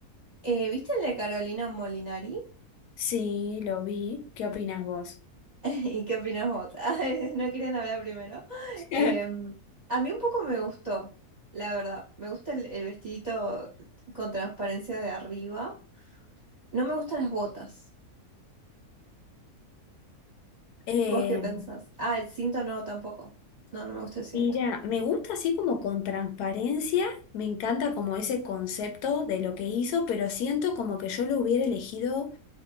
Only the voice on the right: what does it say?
Eh, ¿viste el de Carolina Molinari?
<laughs> ¿Y qué opinas vos? <laughs> Ay, No querían hablar primero.
Em, a mí un poco me gustó, la verdad. Me gusta el, el vestidito con transparencia de arriba. No me gustan las botas.
¿Vos qué pensás? Ah, el cinto no, tampoco. No, no me gusta el cinto.